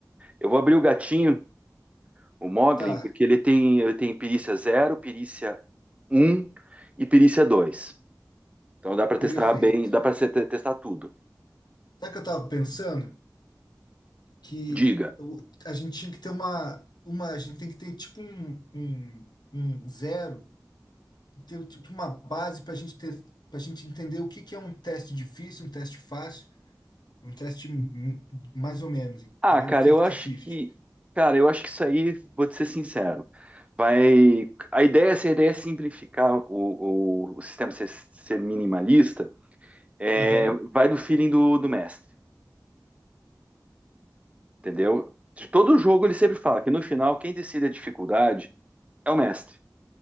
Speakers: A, on the right; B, on the left.
A: Eu vou abrir o gatinho, o Moglin,
B: Tá,
A: porque ele tem, ele tem perícia zero, perícia um e perícia 2. Então dá para testar
B: perfeito.
A: bem, dá para testar tudo.
B: Sabe o que eu tava pensando? Que
A: Diga.
B: eu- a gente tinha que ter uma, uma, a gente tem que ter tipo um, um, um zero, ter tipo uma base para a gente ter, para gente entender o que que é um teste difícil, um teste fácil. Um teste hum, mais ou menos,
A: Ah,
B: entendeu?
A: cara,
B: 50-50.
A: eu acho que, cara, eu acho que isso aí, vou te ser sincero, vai. A ideia, se a ideia é simplificar o, o, o sistema ser, ser minimalista, é,
B: Aham.
A: vai do feeling do, do mestre, entendeu? De todo jogo ele sempre fala que no final quem decide a dificuldade é o mestre,